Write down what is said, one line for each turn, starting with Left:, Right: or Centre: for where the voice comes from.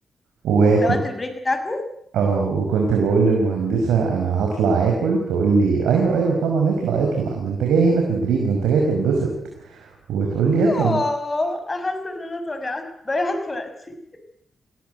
Right: وكنت
Left: ده وقت البريك بتاعكو
Right: اه وكنت بقول للمهندسة انا هطلع اكل تقول لي ايوه ايوه طبعا اطلع اطلع ده انت جاي هنا تدريب ده انت جاي تتبسط وتقول لي اطلع
Left: اه حاسه ان انا اتوجعت ضيعت وقتي